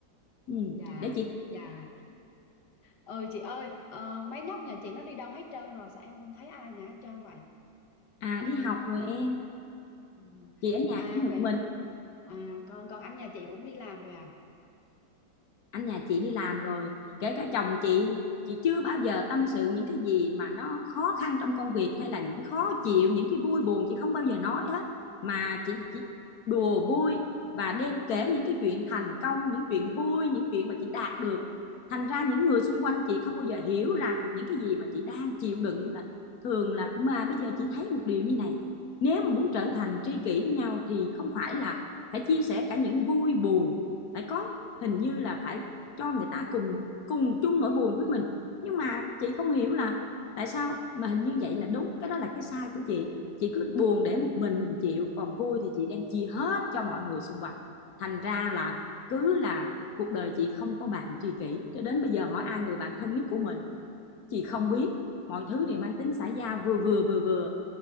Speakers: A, on the left; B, on the left.
A: ừ,
B: dạ
A: để chị
B: dạ ừ chị ơi ờ, mấy nhóc nhà chị nó đi đâu hết trơn rồi sao em không thấy ai nhà hết trơn vậy
A: À đi học rồi em,
B: ừ.
A: chị ở nhà
B: à
A: chỉ một
B: vậy
A: mình
B: à còn còn anh nhà chị cũng đi làm rồi à
A: anh nhà chị đi làm rồi kể cả chồng
B: ừ.
A: chị luôn chị chưa bao giờ tâm sự những cái gì mà nó khó khăn trong công việc hay là những khó chịu những cái vui buồn chị không bao giờ nói hết mà chị chỉ đùa vui và đem kể những cái chuyện thành công những chuyện vui những chuyện mà chị đạt được thành ra những người xung quanh chị không bao giờ hiểu rằng những cái gì mà chị đang chịu đựng là thường là mà bây giờ chị thấy một điều như này nếu mà muốn trở thành tri kỷ với nhau thì không phải là phải chia sẻ cả những vui buồn phải có hình như là phải cho người ta cùng cùng chung nỗi buồn với mình nhưng mà chị không hiểu là tại sao mà hình như vậy là đúng cái đó là cái sai của chị chị cứ buồn để một mình mình chịu còn vui thì chị đem chia hết cho mọi người xung quanh thành ra là cứ là cuộc đời chị không có bạn tri kỷ cho đến bây giờ hỏi ai người bạn thân nhất của mình chị không biết mọi thứ đều mang tính xã giao vừa vừa vừa vừa